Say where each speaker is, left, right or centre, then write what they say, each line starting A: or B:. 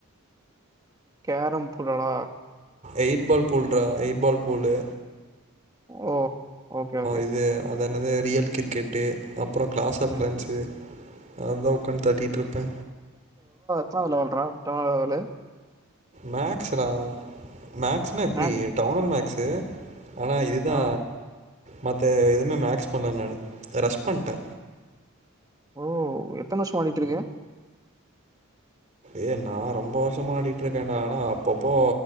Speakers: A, on the right; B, on the right.
A: கேரம் புல்லாலா
B: எய்ட் பால் புல் ஐ பால் புல்லு
A: ஓ ஓகே ஓகே
B: இது அது என்னது ரியல் கிரிக்கெட்டு அப்பற கிளாஸ் ஆஃப்
A: ம்
B: கிளன்ஸு
A: ம்
B: அத உட்காந்து தட்டிட்டு இருப்பே
A: எத்துனாவது லெவல் ரா லெவலு
B: மேக்ஸ்ரா மேக்ஸ்னா எப்புடி
A: மேக்
B: டவுனல் மேக்ஸ் ஆனா இதுதா
A: ஆ
B: மத்த எதுவுமே மேக்ஸ் பண்ணலே நானு ரஷ் பண்டே
A: ஓ எத்தன வருஷமா ஆடிட்டு இருக்க
B: ஏ நா ரொம்ப வருஷமா ஆடிட்டு இருக்கேடா ஆனா அப்பப்போ